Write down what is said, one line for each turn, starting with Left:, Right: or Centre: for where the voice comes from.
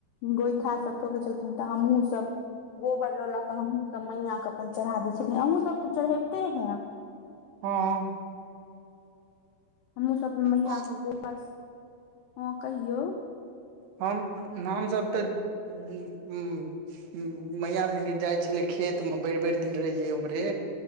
Left: गोइठासभ ठोकै छलखिन तऽ हमहूँसभ गोबर लऽ लऽ कऽ हमहूँसभ मैंया कऽ अपन चरहा दै छलियै अहूँसभ तऽ चरहैबिते हेब
Right: हँ
Left: हमहुँ सब अपन मैया
Right: हँ
Left: कऽ गोबर सऽ हँ कहियौ
Right: हम हमसब तऽ उं हुँ मैया संगे जाइ छलियै खेतमे भैर भैर दिन रहियै उम्हरे